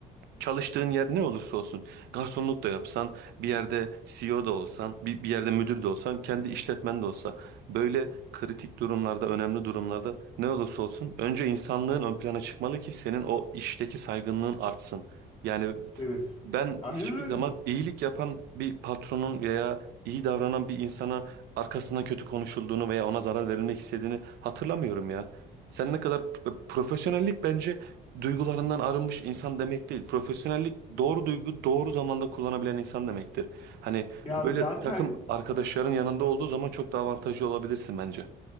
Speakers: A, on the right; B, on the left.
A: Çalıştığın yer ne olursa olsun, garsonluk da yapsan, bir yerde CEO da olsan, bir, bir yerde müdür de olsan, kendi işletmen de olsa, böyle kritik durumlarda, önemli durumlarda ne olursa olsun önce insanlığın ön plana çıkmalı ki senin o işteki saygınlığın artsın. Yani
B: Evet.
A: ben
B: Aynen
A: hiçbir
B: öyle.
A: zaman iyilik yapan bir patronun veya iyi davranan bir insana arkasından kötü konuşulduğunu veya ona zarar verilmek istediğini hatırlamıyorum ya. Sen ne kadar profesyonellik bence duygularından arınmış insan demek değil. Profesyonellik doğru duygu doğru zamanda kullanabilen insan demektir. Hani
B: Ya
A: böyle
B: zaten
A: takım arkadaşların yanında olduğu zaman çok daha avantajlı olabilirsin bence.